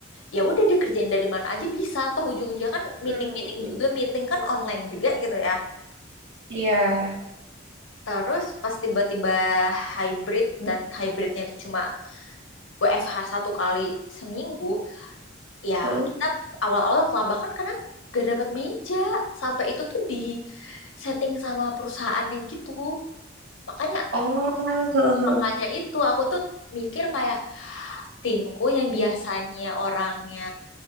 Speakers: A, on the left; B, on the right.
A: ya udah dikerjain dari mana aja bisa. Toh ujung-ujungnya kan meeting-meeting
B: Hmm. hmm, hmm.
A: juga, meeting kan online juga gitu ya.
B: Iya.
A: Terus pas tiba-tiba hybrid dan hybridnya itu cuma WFH satu kali seminggu, ya
B: Heeh.
A: kita awal-awal kelabakan karena gak dapat meja. Sampai itu tuh di setting sama perusahaannya gitu. Makanya
B: Oh, heeh, heeh, heeh,
A: makanya itu aku tuh mikir kayak timku yang biasanya orangnya